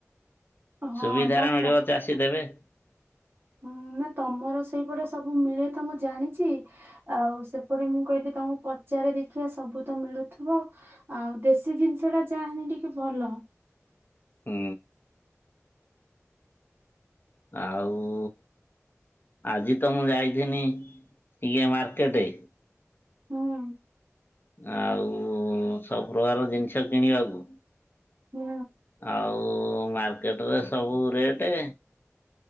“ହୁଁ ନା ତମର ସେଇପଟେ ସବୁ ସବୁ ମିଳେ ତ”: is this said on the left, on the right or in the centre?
Right